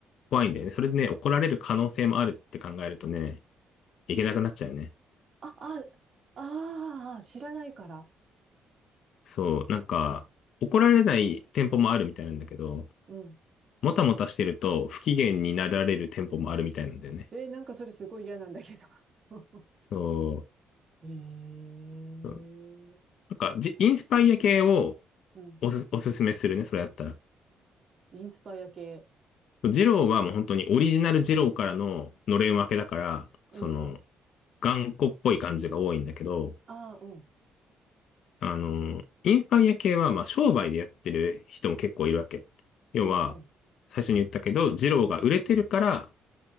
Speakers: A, on the left; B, on the right.
A: 怖いんだよね。それでね、怒られる可能性もあるって考えるとね、いけなくなっちゃうよね。
B: あ、あ、ああ、知らないから。
A: そう、なんか、怒られない店舗もあるみたいなんだけど、
B: うん。
A: もたもたしてると不機嫌になられる店舗もあるみたいなんだよね。
B: えーなんかそれすごい嫌なんだけど。<laughs>
A: そ
B: ええ
A: う、そうなんか、じインスパイア系を
B: うん。
A: おす、おすすめするね、それやったら。
B: インスパイア系。
A: ジローはもう本当にオリジナルジローからののれん分けだから、
B: うんうん。
A: その、頑固っぽい感じが多いんだけど、
B: ああ、うん。
A: あの、インスパイア系は、まあ、商売でやってる人も結構いるわけ。要は、
B: うんうん。
A: 最初に言ったけど、ジローが売れてるから、